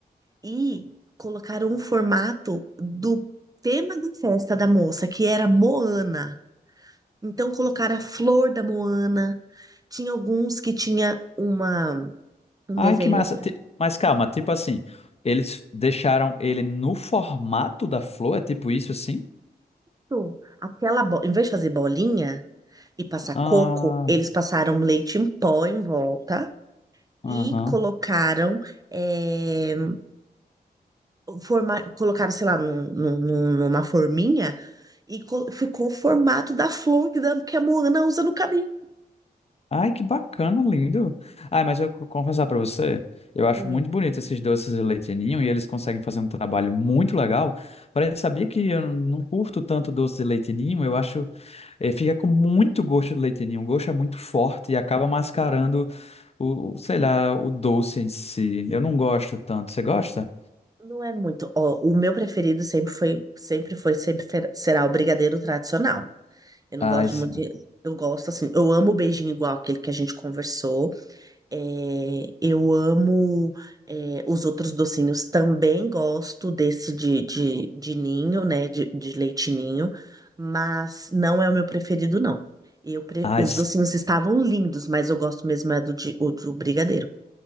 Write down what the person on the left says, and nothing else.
Ai,
que massa.
Ti- Mas calma, tipo assim, eles deixaram ele no formato da flor, é tipo isso assim?
Ah,
aham.
Ai, que bacana, lindo. Ai, mas eu co- confessar para você, eu acho
muito bonito esses doces de leite ninho e eles conseguem fazer um trabalho muito legal. Porém, sabia que eu não curto tanto doce de leite ninho, eu acho, eh, fica com muito gosto de leite ninho, o gosto é muito forte e acaba mascarando o, o, sei lá, o doce em si. Eu não gosto tanto. Você gosta?
Ai,
sim.
Ai,
s-